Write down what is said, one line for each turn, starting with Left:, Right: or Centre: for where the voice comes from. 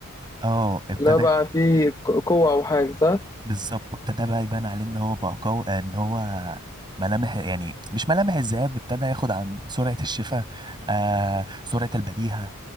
Right: اه ابتدى
Left: اللي هو بقى فيه ق- قوه او حاجه صح؟
Right: بالظبط ابتدى بقى يبان عليه ان هو بقى قوي ان هو ملامح يعني مش ملامح الذئاب ابتدى ياخد عن سرعة الشفاء آه سرعة البديهة